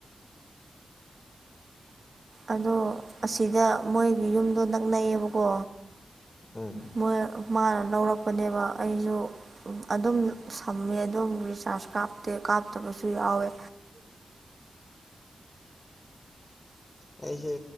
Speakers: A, on the right; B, on the left.
A: ꯑꯗꯣ ꯑꯁꯤꯗ ꯃꯣꯏꯒꯤ ꯌꯨꯝꯗꯣ ꯅꯛꯅꯩꯌꯦꯕꯀꯣ
B: ꯑꯝ
A: ꯃꯣꯏ ꯃꯥꯅ ꯂꯧꯔꯛꯄꯅꯦꯕ ꯑꯩꯁꯨ ꯑꯗꯨꯝ ꯁꯝꯃꯦ ꯑꯗꯨꯝ ꯔꯤꯆꯥꯔꯖ ꯀꯥꯞꯇꯦ ꯀꯥꯞꯇꯕꯁꯨ ꯌꯥꯎꯋꯦ
B: <inaudible> ꯑꯩꯁꯦ